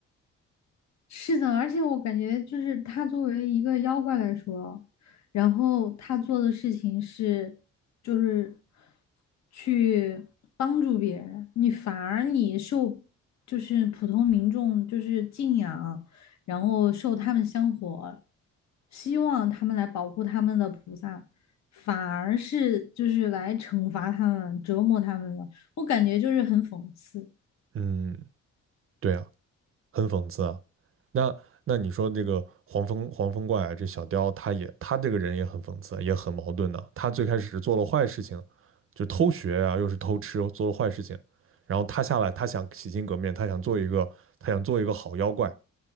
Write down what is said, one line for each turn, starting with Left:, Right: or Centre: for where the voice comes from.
Left: 是的，而且我感觉就是他作为一个妖怪来说，然后他做的事情是，就是去帮助别人，你反而你受就是普通民众就是敬仰，然后受他们香火，希望他们来保护他们的菩萨，反而是就是来惩罚他们、折磨他们了。我感觉就是很讽刺，
Right: 嗯，对啊，很讽刺啊。那那你说这个黄风黄风怪啊，这小雕他也他这个人也很讽刺，也很矛盾的啊、他最开始是做了坏事情，就偷学啊，又是偷吃，做了坏事情。然后他下来，他想洗心革面，他想做一个，他想做一个好妖怪，